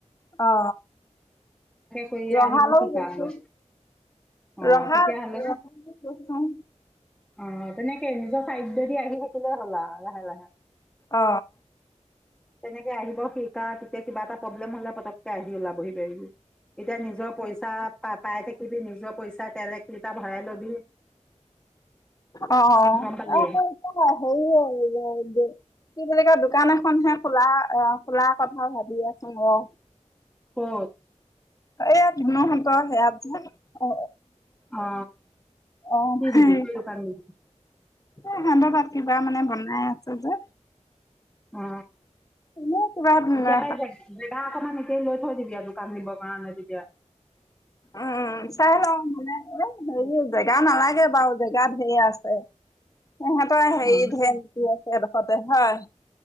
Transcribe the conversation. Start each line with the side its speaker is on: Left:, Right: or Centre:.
Left: অ
Centre: কৰিয়ে
Left: ৰহালৈ
Centre: আহিব শিকা
Left: গৈছো
Centre: আৰু অ
Left: ৰহা
Centre: তেতিয়াহ'লে
Left: ৰহৈ গৈছো।
Centre: অ তেনেকে নিজৰ চাইড যদি আহি থাকিলে হ'ল লাহে লাহে,
Left: অ
Centre: তেনেকে আহিব শিকা তেতিয়া কিবা এটা প্ৰব্লেম হ'লে পতককে আহি ওলাব পাৰিবিহি এতিয়া নিজৰ পইচা প পাই থাকিবি নিজৰ যোৱা পইচা তেল এক লিটাৰ ভৰাই ল'বি।
Left: অ আকৌ
Centre: গম পালি
Left: হেৰি আৰু দোকান এখনহে খোলা অ খোলা কথা ভাবি আছোন অ
Centre: অ
Left: এয় ধুনুহতৰ সেয়া অ
Centre: অ
Left: অ
Centre: কি
Left: সেই
Centre: দিবি কি দোকান দিবি
Left: এ সান্দহ পাত কিবা মানে বনাই আছে যে
Centre: অ
Left: এনে কিবা ধুনু-
Centre: এতিয়া পাই অকমান লৈ থৈ দিবি দ দোকান দিবি কাৰণে যেতিয়া,
Left: উম চাই লওঁ মনে হেৰি জেগা নালাগে বাৰু জেগাত ধেই আছে সিহঁতৰ হেৰিত
Centre: অ
Left: ধেই আছে এডোখৰতে হয়।